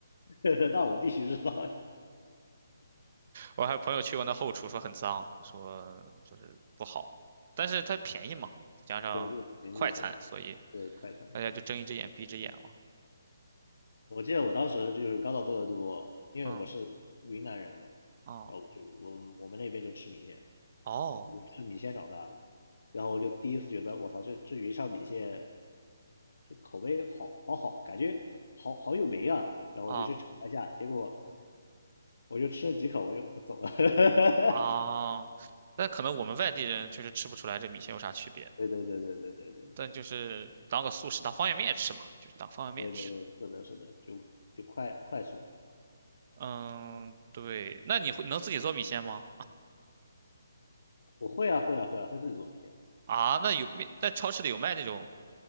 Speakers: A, on the left (about 70°); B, on the right (about 40°).
A: <laughs> 那我必须知道呀。
B: 我还有朋友去过那后厨，说很脏，说就是不好，但是它便宜嘛，再加上快餐，
A: 对，这个便宜，对
B: 所以
A: 对，快餐，
B: 大家就睁一只眼闭一只眼了。
A: 对。我记得我当时就是刚到多伦多，因为我是云南人嘛，
B: 嗯，哦，
A: 然后就是我们我们那边就吃米线，
B: 哦，
A: 我就吃米线长大的，然后我就第一次觉得我操，这这云上米线，这口味好好好，感觉好好有名啊，然后我就去尝一下，
B: 啊
A: 结果我就吃了几口我就走了。<laughs>
B: 啊，那可能我们外地人确实吃不出来这米线有啥区别，
A: 对对对对对对对对
B: 但就是当个速食，当方便面吃嘛，就是当方便面吃。
A: 对对对，是的，是的，就就快快速，
B: 嗯，对，那你会能自己做米线吗？
A: 我会啊会啊会啊，会自己做米线。
B: 啊，那有面，在超市里有卖那种，